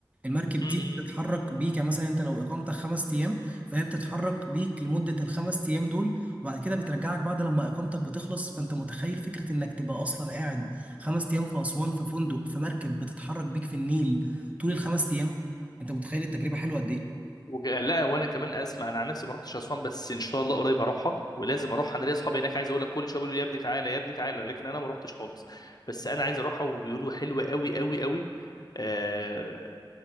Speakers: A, on the right (about 15°); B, on the left (about 50°).
A: المركب
B: امم،
A: دي بتتحرك بيك يعني مثلا انت لو اقامتك خمس ايام فهي بتتحرك بيك لمده الخمس ايام دول وبعد كده بترجعك بعد لما اقامتك بتخلص فانت متخيل فكره انك تبقى اصلا قاعد خمس ايام في اسوان في فندق في مركب بتتحرك بيك في النيل طول الخمس ايام انت متخيل التجربه حلوه قد ايه؟
B: وج- لا وانا كمان اسمع انا عن نفسي ما رحتش اسوان بس ان شاء الله قريب هروحها ولازم اروح انا ليا اصحابي هناك عايز اقول لك كل شويه بيقولوا لي يا ابني تعالى يا ابني تعالى لكن انا ما رحتش خالص بس انا عايز اروحها وبيقولوا حلوه قوي قوي قوي آه